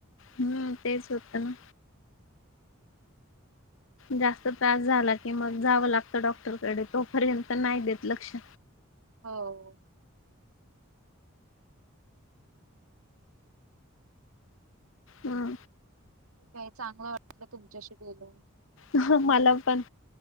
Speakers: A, on the left; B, on the right.
A: हम्म तेच होतं ना. जास्त त्रास झाला की मग जावं लागतं डॉक्टरकडे तोपर्यंत नाही देत लक्ष.
B: हो
A: हा
B: ताई चांगलं वाटलं तुमच्याशी बोलून
A: अहं मला पण.